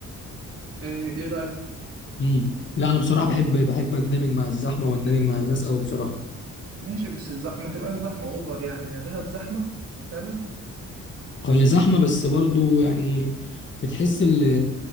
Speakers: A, on the right; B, on the left.
A: ايه إيه رأيك
B: امم لا انا بصراحه بحب بحب اندمج مع الزحمه واندمج مع الناس قوي بصراحه
A: ماشي بس زح... ما تبقاش زحمة اوفر يعني دهب زحمة فعلا
B: هي زحمه بس برضو يعني بتحس اللي